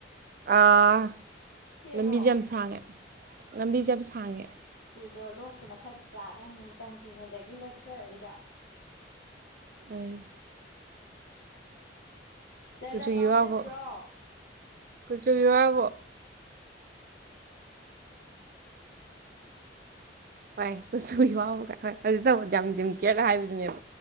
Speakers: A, on the right; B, on the left.
A: ꯑꯥ
B: ꯁꯦꯝꯃꯣ
A: ꯂꯝꯕꯤꯁꯦ ꯌꯥꯝ ꯁꯥꯡꯉꯦ ꯂꯝꯕꯤꯁꯦ ꯌꯥꯝ ꯁꯥꯡꯉꯦ
B: ꯗꯣ ꯂꯣꯛꯄꯅ ꯐꯠꯇ꯭ꯔꯥ ꯅꯪ ꯃꯇꯝ ꯀꯨꯏꯅꯗꯒꯤ ꯂꯣꯛꯆꯔꯛꯏꯗꯣ
A: ꯑꯩ
B: ꯈꯤꯇꯗ
A: ꯀꯨꯆꯨꯒꯤ
B: ꯄꯥꯝꯃꯨꯗ꯭ꯔꯣ
A: ꯋꯥꯕꯨ ꯀꯨꯆꯨꯒꯤ ꯋꯥꯕꯨ
B: ꯎꯝ ꯀꯨꯆꯨꯒꯤ ꯋꯥꯕꯨ ꯀꯥꯏꯅ
A: ꯍꯣꯏ ꯀꯨꯆꯨꯒꯤ ꯋꯥꯕꯨ ꯍꯣꯏ ꯍꯧꯖꯤꯛꯇꯕꯨ ꯌꯥꯝ ꯗꯦꯝ ꯀꯦꯔꯗ ꯍꯥꯏꯕꯗꯨꯅꯦꯕ